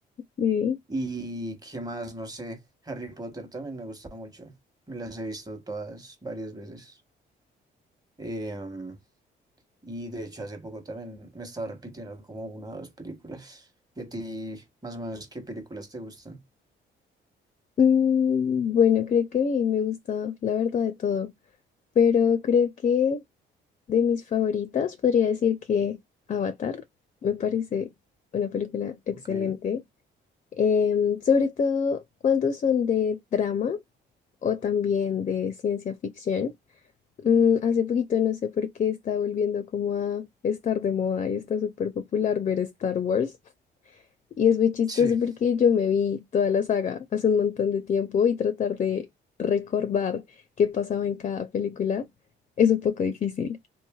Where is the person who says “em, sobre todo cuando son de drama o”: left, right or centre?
Left